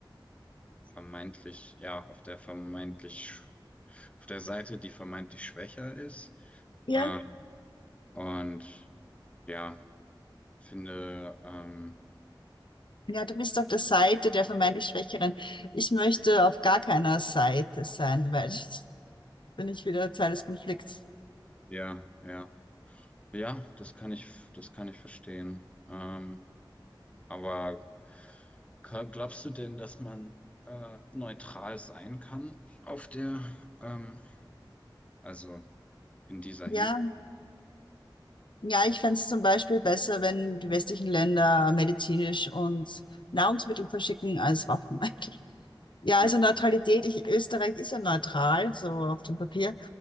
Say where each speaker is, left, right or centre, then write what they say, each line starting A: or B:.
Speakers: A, on the left; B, on the left.
A: vermeintlich, ja, auf der vermeintlich, sch- auf der Seite, die vermeintlich schwächer ist.
B: Ja,
A: Ähm, und ja, finde, ähm,
B: Ja, du bist auf der Seite der vermeintlich Schwächeren. Ich möchte auf gar keiner Seite sein, weil jetzt bin ich wieder Teil des Konflikts.
A: ja, ja, ja, das kann ich, das kann ich verstehen. Ähm, aber kann- glaubst du denn, dass man äh, neutral sein kann auf der, ähm, also in dieser
B: Ja,
A: Hinsicht?
B: ja, ich fände es zum Beispiel besser, wenn die westlichen Länder medizinisch und Nahrungsmittel verschicken als Waffen <laughs> eigentlich. Ja,
A: Ja,
B: also Neutralität.
A: ja.
B: Ich, Österreich ist ja neutral, so auf dem Papier.